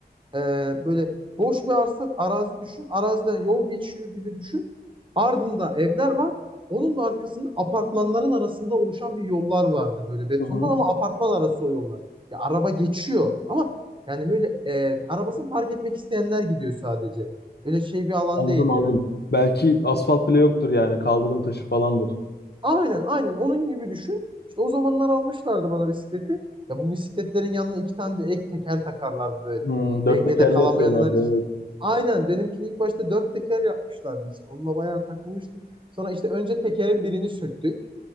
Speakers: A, on the right; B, on the left.
A: Ee, böyle boş bir arsa, arazi düşün. Araziden yol geçiyor gibi düşün. Ardında evler var. Onun da arkasında apartmanların arasında oluşan bir yollar vardı böyle betondan
B: Hı hı.
A: ama apartman arası o yollar. Ya araba geçiyor ama yani böyle e, arabasını park etmek isteyenler gidiyor sadece. Öyle şey bir alan
B: Anladım
A: değil
B: aldım.
A: yani.
B: Belki asfalt bile yoktur yani kaldırım taşı falandır.
A: Aynen aynen onun gibi düşün. İşte o zamanlar almışlardı bana bisikleti. Ya bu bisikletlerin yanına iki tane de ek teker takarlardı böyle.
B: Hmm, dört
A: Dengede
B: tekerli
A: kalamayanlar
B: yapıyorlardı
A: için.
B: evet.
A: Aynen benimkini ilk başta dört teker yapmışlardı işte. Onunla bayağı takılmıştım. Sonra işte önce tekerin birini söktük.